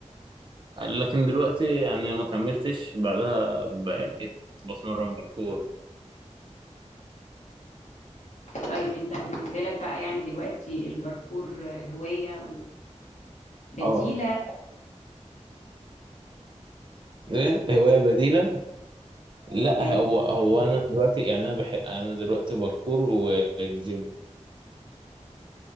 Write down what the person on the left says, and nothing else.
طيب أنت بالنسبة لك بقى يعني دلوقتي الباركور هواية وبديلة
طيب
يعني